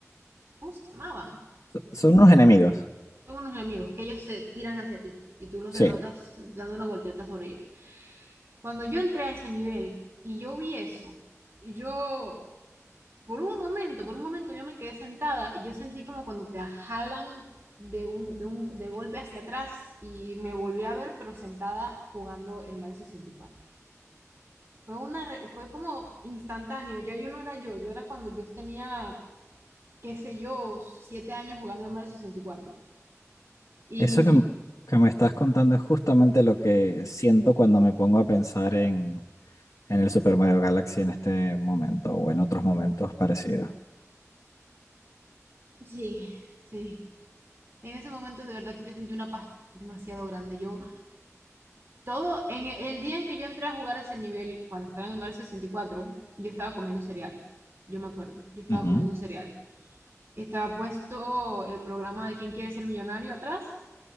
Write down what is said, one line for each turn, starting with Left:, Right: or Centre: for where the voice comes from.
Right: ¿cómo se llamaban?
Left: So- Son unos enemigos.
Right: Son unos enemigos que ellos se tiran hacia ti y tú los
Left: Sí,
Right: derrotas dando una voltereta sobre ellos. Cuando yo entré a ese nivel y yo vi eso, yo por un momento, por un momento yo me quedé sentada y yo sentí como cuando te jalan de un, de un de golpe hacia atrás y me volví a ver pero sentada jugando el Mario sesenta y cuatro Fue una re- fue como instantáneo, ya yo no era yo, yo era cuando yo tenía qué sé yo, siete años jugando el Mario sesenta y cuatro Y
Left: eso que, m- que me estás contando es justamente lo que siento cuando me pongo a pensar en, en el Super Mario Galaxy en este momento o en otros momentos parecidos.
Right: Sí, sí. En ese momento de verdad que yo sentí una paz demasiado grande. Yo, todo, en e- el día en que yo entré a jugar a ese nivel, cuando estaba en el mar cuatro, yo estaba comiendo cereal. Yo me acuerdo, yo estaba
Left: Ujú,
Right: comiendo un cereal. Estaba puesto el programa de Quién quiere ser millonario atrás